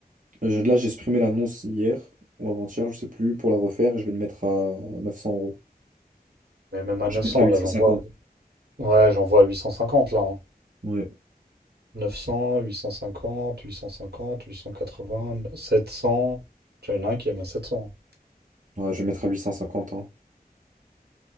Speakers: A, on the right; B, on the right.
A: Je- Là, j'ai supprimé l'annonce hier ou avant-hier, je sais plus, pour la refaire et je vais le mettre à 900 euros.
B: Mais même à
A: Je
B: 900,
A: vais mettre à 850.
B: là, j'en vois... Ouais, j'en vois à 850, là. hein.
A: Ouais.
B: 900, 850, 850, 880, 700. Tu vois, il y en a un qui est même à 700.
A: Ouais, je vais mettre à 850. hein.